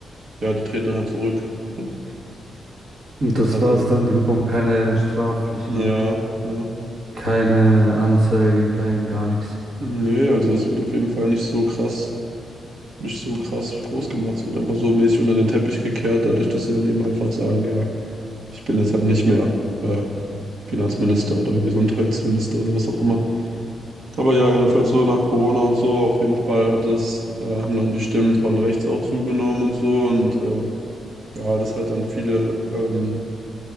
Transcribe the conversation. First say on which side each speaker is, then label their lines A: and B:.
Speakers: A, on the right; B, on the right.
A: ja, die treten dann halt zurück. So,
B: Und das
A: Also,
B: war's dann, die bekommen keine straflichen,
A: ja, ja.
B: keine Anzeige, kein gar nichts.
A: Nee, also es wird auf jeden Fall nicht so krass, nicht so krass groß gemacht. Es wird einfach so mäßig unter den Teppich gekehrt, dadurch, dass sie dann eben einfach sagen, ja, ich bin jetzt halt nicht mehr äh, Finanzminister oder Gesundheitsminister oder was auch immer. Aber ja, jedenfalls so nach Corona und so, auf jeden Fall hat es, äh, haben dann die Stimmen von rechts auch zugenommen und so und äh, ja, dass halt dann viele ähm,